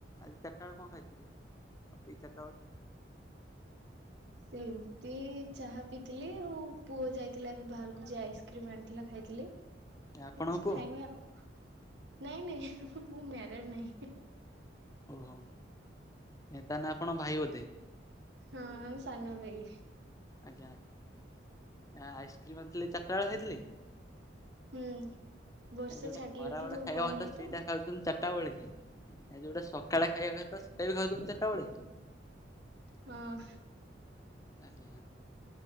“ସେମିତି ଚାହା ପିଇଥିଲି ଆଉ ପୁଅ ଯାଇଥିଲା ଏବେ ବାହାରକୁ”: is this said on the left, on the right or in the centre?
Right